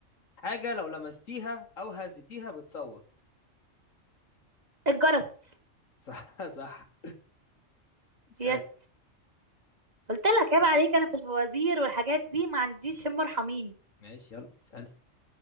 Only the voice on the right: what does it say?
الجرس
يس قلت لك عيب عليك أنا في الفوازير والحاجات دي ما عنديش شم ارحميني